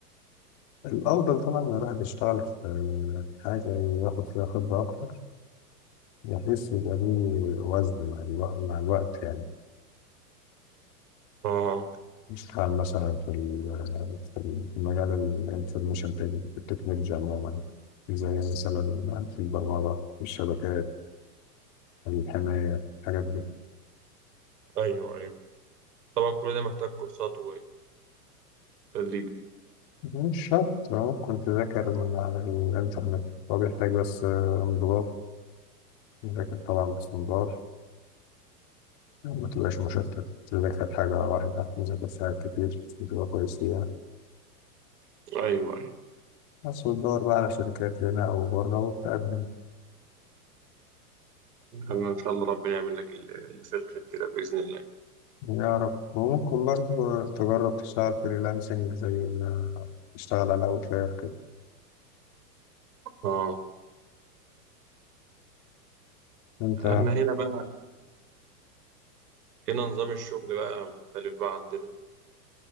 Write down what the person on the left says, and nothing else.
الأفضل طبعا إن الواحد يشتغل في حاجة ياخد فيها خبرة أكتر بحيث يبقى ليه وزن مع الوقت, مع الوقت يعني
يشتغل مثلا في ال- في ال- في مجال الانفورميشن تكنولوجي عموما زي مثلا في البرمجة في الشبكات الحماية الحاجات دي
مش شرط اه كنت ذاكر من على الإنترنت هو بيحتاج بس آه، انضباط ذاكر طبعا باستمرار ما تبقاش مشتت تذاكر حاجة واحدة ما تذاكرش حاجات كتير عشان تبقى كويس فيها
بس وتدور بقى على شركات هنا أو بره وتقدم
يا رب وممكن برضه تجرب تشتغل فريلانسنج زي ما بتشتغل على أوتلاير كده
أنت